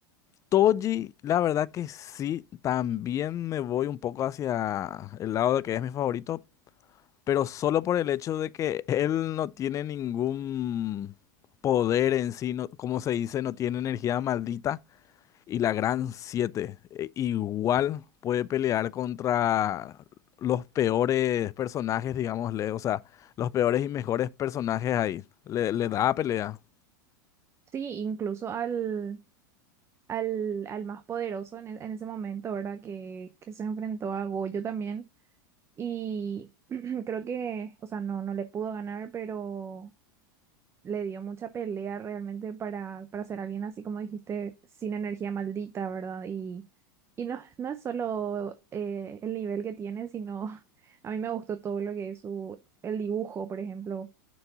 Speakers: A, on the left (about 30°); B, on the right (about 25°).
A: Toji, la verdad que sí, también me voy un poco hacia el lado de que es mi favorito, pero solo por el hecho de que él no tiene ningún poder en sí, no- como se dice, no tiene energía maldita. Y la Gran 7 e, igual puede pelear contra los peores personajes, digámosle, o sea, los peores y mejores personajes ahí. Le, le da pelea.
B: Sí, incluso al, al, al más poderoso en, e- en ese momento, ¿verdad? Que, que se enfrentó a Goyo también. Y <clears throat> creo que, o sea, no, no le pudo ganar, pero le dio mucha pelea realmente para, para ser alguien así como dijiste, sin energía maldita, ¿verdad? Y, y no, <laughs> no es solo eh, el nivel que tiene, sino <laughs> a mí me gustó todo lo que es su, el dibujo, por ejemplo,